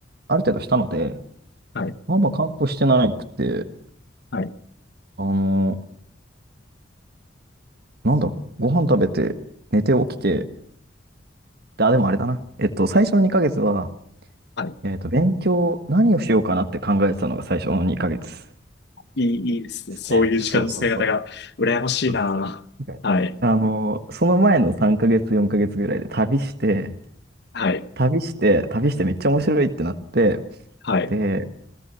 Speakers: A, on the right; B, on the left.
A: ある程度したので、
B: はい。
A: まあまあ観光してなくて、
B: はい。
A: あの、なんだろう。ご飯食べて、寝て起きて、であ、でもあれだな。えっと、最初の2ヶ月は、
B: はい。
A: えっと、勉強、何をしようかなって考えてたのが最初の2ヶ月で
B: いい、いいですね。
A: すね。
B: そういう時間の使い方が羨ましいな。
A: そうそうそう。そうそう。なんかあのその前の3ヶ月、
B: はい。
A: 4ヶ月ぐらいで旅して、
B: はい。
A: 旅して、旅してめっちゃ面白いってなって、
B: はい。
A: で、